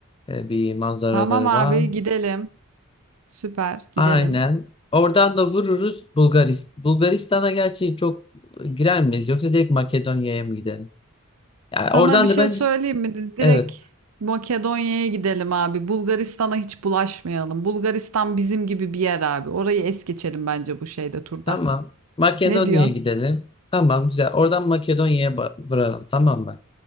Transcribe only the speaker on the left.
e, bir manzaraları
var.
Aynen. Oradan da vururuz Bulgaristan. Bulgaristan'a gerçi çok girer miyiz yoksa direkt Makedonya'ya mı gidelim? Yani
oradan
da bence
evet
Tamam. Makedonya'ya
gidelim. Tamam güzel. Oradan Makedonya'ya ba- vuralım tamam mı?